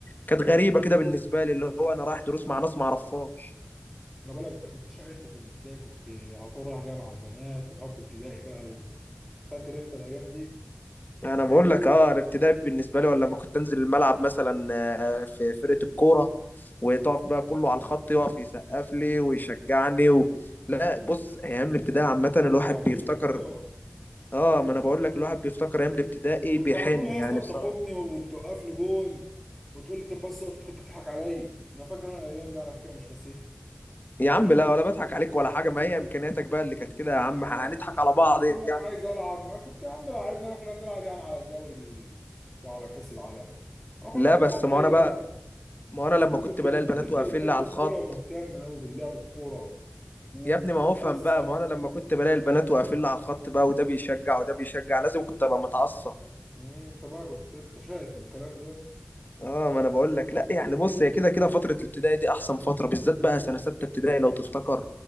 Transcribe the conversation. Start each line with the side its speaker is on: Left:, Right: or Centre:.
Left: كانت غريبه كده بالنسبه لي اللي هو انا رايح دروس مع ناس ما اعرفهاش
Centre: انا بقول لك انت كنت شقي انت في الابتدائي كنت على طول رايح جامعه البنات وحب ابتدائي بقى و... فاكر انت الايام دي
Left: انا بقول لك اه الابتدائي بالنسبه لي ولا لما كنت انزل الملعب مثلا آه، في فرقه الكوره وتقف بقى كله على الخط يقف يسقف لي ويشجعني و... لا بص ايام الابتدائي عامه الواحد
Centre: كنت حريف
Left: بيفتكر
Centre: في الكورة
Left: اه ما انا بقول لك الواحد بيفتكر ايام الابتدائي
Centre: كنت
Left: بيحن
Centre: على طول يا
Left: يعني
Centre: اسطى
Left: بصراحه
Centre: بتاخدني وتوقفني جون وتقول لي طب بس أقعد، كنت بتضحك عليا انا فاكر انا الايام دي على فكرة مش ناسيها
Left: يا عم لا ولا بضحك عليك ولا حاجه ما هي امكانياتك بقى اللي كانت كده يا عم
Centre: يعني
Left: هنضحك على بعض
Centre: يقول لك
Left: يعني
Centre: عايز العب ما كنت يا عم لعبنا احنا كنا بنلعب يعني على الدوري ال- بتاع على كأس العالم احنا كنا
Left: لا
Centre: بنلعب
Left: بس ما
Centre: اي
Left: انا بقى
Centre: لعب
Left: ما انا لما كنت
Centre: كنت
Left: بلاقي
Centre: كنت
Left: البنات
Centre: انت
Left: واقفين
Centre: بتحب
Left: لي على
Centre: الكورة
Left: الخط
Centre: ومهتم قوي باللعب الكورة وبتتعصب
Left: يا ابني ما هو افهم بقى ما هو انا لما كنت بلاقي البنات واقفين لي على الخط بقى وده بيشجع وده بيشجع لازم كنت ابقى متعصب
Centre: مم، انت بقى كنت انت شايف الكلام ده
Left: اه ما انا بقول لك لا يعني بص هي كده كده فتره الابتدائي دي احسن فتره بالذات بقى سنه سته ابتدائي لو تفتكر